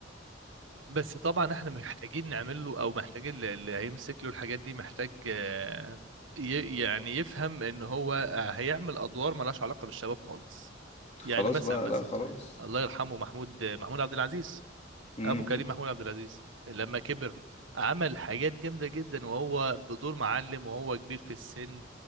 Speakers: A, on the right; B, on the left.
A: بس طبعا احنا محتاجين نعمل له او محتاجين اللي اللي هيمسك له الحاجات دي محتاج آه، ي- يعني يفهم ان هو آه، هيعمل ادوار ملهاش علاقه بالشباب خالص
B: خلاص
A: يعني مثلا
B: بقى
A: مثلا
B: لا خلاص
A: الله يرحمه محمود محمود عبد العزيز
B: مم.
A: ابو كريم محمود عبد العزيز لما كبر عمل حاجات جامده جدا وهو بدور معلم وهو كبير في السن